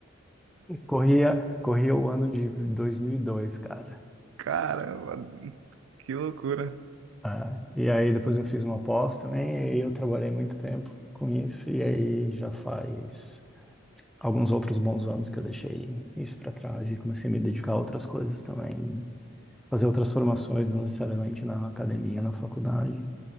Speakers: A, in the centre; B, on the right.
A: <laughs> Corria, corria o ano de dois mil e dois cara.
B: caramba, que loucura.
A: Ah, e aí depois eu fiz uma pós também e aí eu trabalhei muito tempo com isso e aí já faz alguns outros bons anos que eu deixei isso pra trás e comecei a me dedicar a outras coisas também, fazer outras formações, não necessariamente na academia, na faculdade.